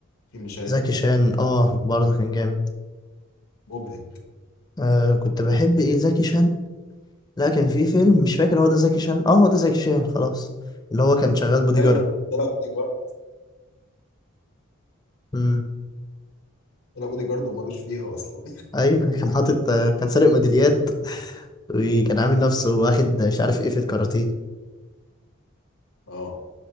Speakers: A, on the left; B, on the left.
A: في مشاهد
B: زكي شان اه برضه كان جامد
A: مبهج
B: آه كنت بحب ايه زكي شان لا كان في فيلم مش فاكر هو ده زكي شان اه هو ده زكي شان خلاص اللي هو كان شغال بودي
A: ايوه لما طلع بودي جارد
B: جارد
A: طلع بودي جارد ومالوش فيها اصلا
B: ايوه كان حاطط كان سارق ميداليات
A: <laughs>
B: وكان عامل نفسه واخد مش عارف ايه في الكاراتيه
A: اه